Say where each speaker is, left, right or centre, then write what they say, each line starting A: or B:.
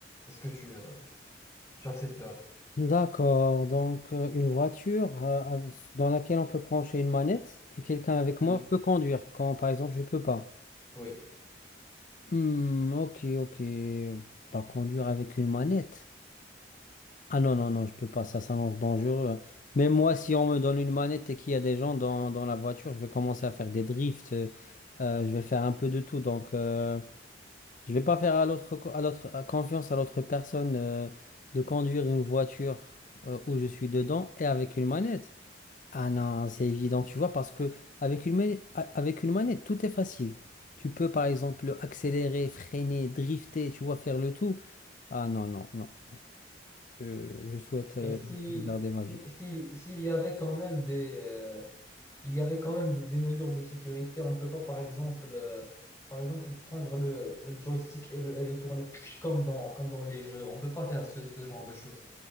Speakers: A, on the left; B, on the left.
A: Est-ce que tu, euh, tu accepterais?
B: D'accord, donc euh, une voiture euh, av- dans laquelle on peut brancher une manette et quelqu'un avec
A: Hmm.
B: moi peut conduire quand par exemple je peux pas.
A: Oui.
B: Hmm, ok, ok. Pas conduire avec une manette. Ah non, non, non, je peux pas, ça s'annonce dangereux. Mais moi, si on me donne une manette et qu'il y a des gens dans, dans la voiture, je vais commencer à faire des drifts, euh, euh, je vais faire un peu de tout. Donc, euh, je vais pas faire à l'autre, co- à l'autre, à confiance à l'autre personne, euh, de conduire une voiture, euh, où je suis dedans et avec une manette. Ah non, c'est évident, tu vois, parce que avec une manette, avec une manette, tout est facile. Tu peux par exemple accélérer, freiner, drifter, tu vois, faire le tout. Ah non, non, non, non. Je, je souhaite euh,
A: Et si,
B: garder ma vie.
A: si, si- s'il y avait quand même des, euh, il y avait quand même des, des mesures de sécurité, on ne peut pas, par exemple, euh, par exemple prendre le, le joystick et le, et le tourner comme dans, comme dans les jeux. On ne peut pas faire ce, ce genre de choses.